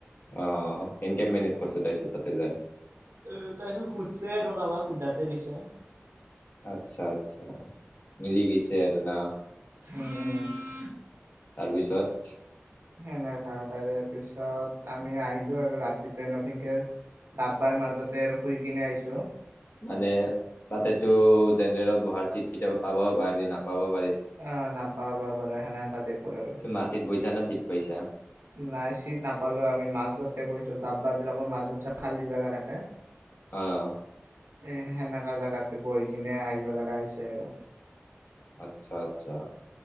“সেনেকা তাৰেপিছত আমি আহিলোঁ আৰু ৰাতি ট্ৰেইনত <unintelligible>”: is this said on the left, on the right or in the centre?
Right